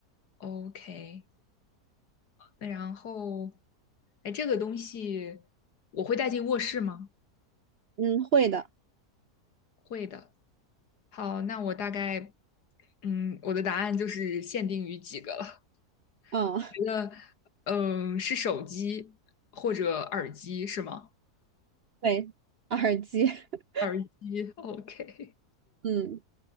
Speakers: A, on the left; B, on the right.
A: OK，那然后，哎，这个东西我会带进卧室吗？
B: 嗯，会的。
A: 会的。好，那我大概，嗯，我的答案就是限定于几个了。
B: 啊。
A: 觉得，嗯，是手机或者耳机是吗？
B: 对，耳机，<laughs>
A: 耳机，OK。
B: 嗯，